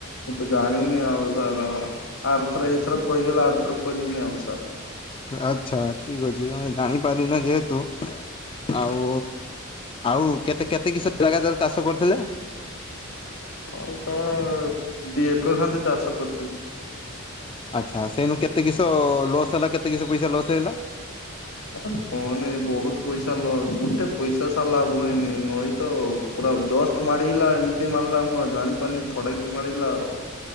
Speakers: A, on the left (about 80°); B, on the left (about 25°).
A: ମୁଁ, ତ ଜାଣିନି ଆଉ ସାର୍। ଆରଥର ଏଇଥର କହିଦେଲେ ଆରଥର କରମି ଆଉ ସାର୍।
B: ଆଚ୍ଛା, ଠିକ୍ ଅଛି। ତମେ ଜାଣିପାରିନ ଯେହେତୁ ଆଉ! ଆଉ, କେତେ କେତେ କିଷ ଜାଗା ଧେରେ ଚାଷ କରୁଥିଲେ?
A: ହଁ, ସାର୍ ଦି ଏକର ଖଣ୍ଡେ ଚାଷ କରୁଥିଲି।
B: ଆଚ୍ଛା, ସେଇନୁ କେତେ କିିଷ ଲସ୍ ହେଲା କେତେ କିସ ପଇସା ଲସ୍ ହେଇଲା?
A: ସାର୍ କହନି ବହୁତ ପଇସା ଲସ୍! ଗୁଟେ ପଇସା ସାର୍ ଲାଭ ହେଇନି। ନଈ ତ ଆଉ ପୁରା ଆଉ ଜଷ୍ଟ ମାଡିଲା, ଏମିତି ମାରିଲା, ମୁଁ ଆଉ ଜାଣି ପାରିନି, ଫଡାକି ମାରିଲା ଆଉ।